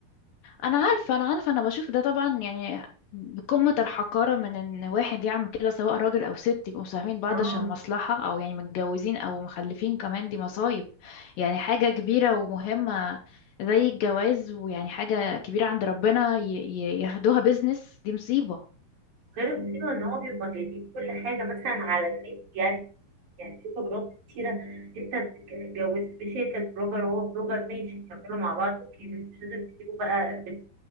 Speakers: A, on the left (about 75°); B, on the right (about 55°).
A: انا عارفه انا عارفه انا بشوف ده طبعا يعني قمه الحقاره من ان واحد يعمل كده سواء راجل او ست يبقوا مصاحبين بعض
B: اه
A: عشان مصلحه او يعني متجوزين او مخلفين كمان دي مصايب يعني حاجه كبيره ومهمه زي الجواز ويعني حاجه كبيره عند ربنا ي- ي- ياخدوها بيزنس دي مصيبه
B: غير المصيبة ان هو بيبقى جايبين كل حاجة مثلا على النت يعني يعني في بلوجرات كتيرة انت بتتجوز بشركة بلوجر وهو بلوجر ماشي كملوا مع بعض اوكي بس مش لازم تجيبوا بقى بت-